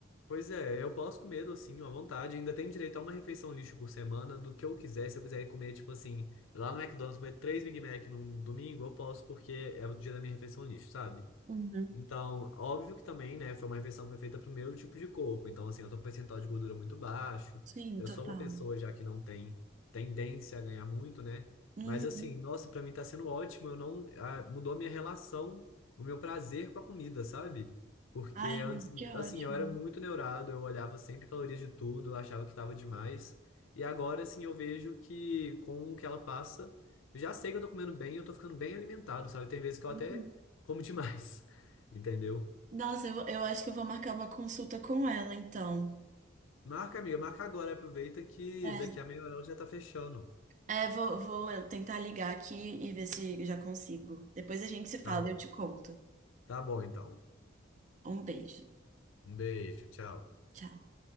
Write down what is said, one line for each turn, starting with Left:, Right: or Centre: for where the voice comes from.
Left: Pois é, eu posso comer docinho à vontade. Ainda tenho direito a uma refeição lixo por semana do que eu quiser. Se eu quiser comer, tipo assim, lá no McDonald's, comer três Big Mac num domingo, eu posso, porque é o dia da minha refeição lixo, sabe?
Right: Uhum.
Left: Então, óbvio que também, né, foi uma refeição que foi feita pro meu tipo de corpo. Então, assim, eu tô com um percentual de gordura muito baixo.
Right: Sim,
Left: Eu
Right: total.
Left: sou uma pessoa já que não tem tendência a ganhar muito, né?
Right: Uhum.
Left: Mas assim, nossa, pra mim tá sendo ótimo. Eu não, ah, mudou a minha relação, o meu prazer com a comida, sabe? Porque
Right: Ai, amigo,
Left: antes,
Right: que ótimo.
Left: assim, eu era muito neurado, eu olhava sempre calorias de tudo, eu achava que tava demais. E agora, assim, eu vejo que com o que ela passa, eu já sei que eu tô comendo bem, eu tô ficando bem alimentado, sabe? Tem vezes que eu
Right: Uhum.
Left: até como demais. Entendeu?
Right: Nossa, eu, eu acho que eu vou marcar uma consulta com ela, então.
Left: Marca, amiga, marca agora. Aproveita que
Right: É,
Left: daqui a meia hora já tá fechando.
Right: é, vou, vou eu tentar ligar aqui e ver se eu já consigo. Depois a gente se fala,
Left: Tá bom.
Right: e eu te conto.
Left: Tá bom, então.
Right: Um beijo.
Left: Um beijo, tchau.
Right: Tchau.